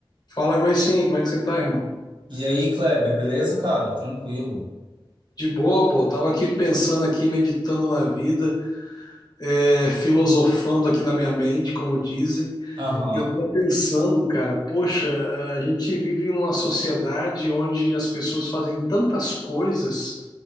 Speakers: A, on the left (about 50°); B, on the right (about 60°).
A: Fala, Gleicinho, como é que você tá, irmão?
B: E aí, Kleber, beleza, cara? Tranquilo.
A: De boa, pô. Tava aqui pensando aqui, meditando na vida, é, filosofando aqui na minha mente, como dizem.
B: Aham.
A: E eu tava pensando, cara, poxa, a gente vive em uma sociedade onde as pessoas fazem tantas coisas